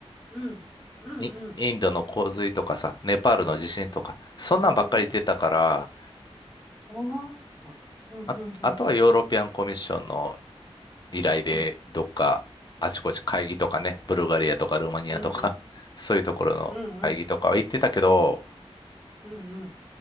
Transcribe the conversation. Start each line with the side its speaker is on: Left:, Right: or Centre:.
Centre: うん。うん、
Left: イ、
Centre: うん。
Left: インドの洪水とかさ、ネパールの地震とか、そんなんばっかり言ってたから、
Centre: おお。ああ、すごい。うん、
Left: あ、
Centre: うん、
Left: あとはヨーロピアンコミッションの
Centre: うん。
Left: 依頼で、
Centre: うん、
Left: どっかあちこち会議とかね、ブルガリアとかルーマニアとか、
Centre: うん、うん。
Left: <laughs> そういうところの会議とかは行ってたけど、
Centre: うん、うん。うんうん